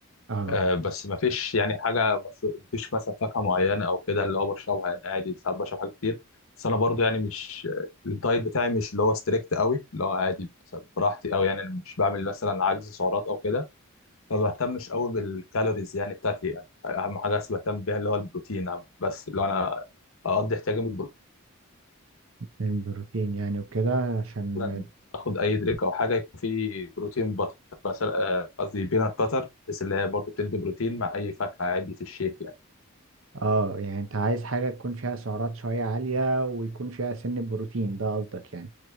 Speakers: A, on the right; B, on the left.
A: اه
B: آه بس ما فيش يعني حاجه مشروب ما فيش مثلا فاكهه معينه او كده اللي هو بشربها يعني عادي ساعات بشرب حاجات كتير بس انا برضو يعني مش الدايت بتاعي مش اللي هو ستريكت قوي اللي هو عادي مثلا براحتي قوي يعني أنا مش بعمل مثلا عجز سعرات او كده ما بهتمش قوي بالكالوريز يعني بتاعتي يعني اهم حاجه بس بهتم بيها اللي هو البروتين بس اللي هو انا اقضي احتياجي من البروتين
A: من بروتين يعني وكده عشان
B: مثلا اخد اي دريك او حاجه يكون فيه بروتين بطر مثلا آه، قصدي بينات باتر بس اللي هي برضه بتدي بروتين مع اي فاكهه عادي في الشيك يعني
A: اه يعني انت عايز حاجة تكون فيها سعرات شوية عالية ويكون فيها سن بروتين ده قصدك يعني